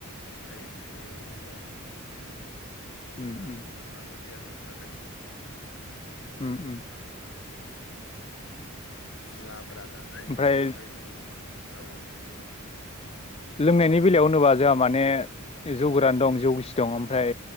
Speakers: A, on the left (about 60°); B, on the left (about 25°).
A: थायो बिदिनो मैगंफोर दङ
B: उम
A: जाहा
B: उम
A: बानलु पियाजाथ थाखायो
B: उम उम
A: लाब्रा जाबाय
B: ओमफ्राय
A: ओमफाय बिदि औ औ
B: लोंनायनि बेलायाव होनोबा जोंहा माने जौ गोरान दं जौ गिसि दं ओमफ्राय